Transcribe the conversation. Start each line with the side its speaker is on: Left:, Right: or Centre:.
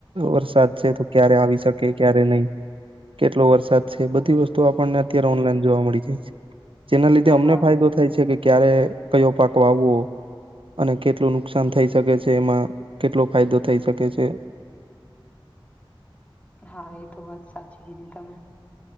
Right: વરસાદ છે તો ક્યારે આવી શકે ક્યારે નહી કેટલો વરસાદ છે બધી વસ્તુ આપણને અત્યારે ઓનલાઈન જોવા મળી જાય છે જેના લીધે અમને
Left: હા
Right: ફાયદો થાય છે, કે ક્યારે કયો પાક આવવો. અને કેટલું નુકસાન થઈ શકે છે. એમાં કેટલો ફાયદો થઈ શકે છે.
Left: હા એ તો વાત સાચી કીધી તમે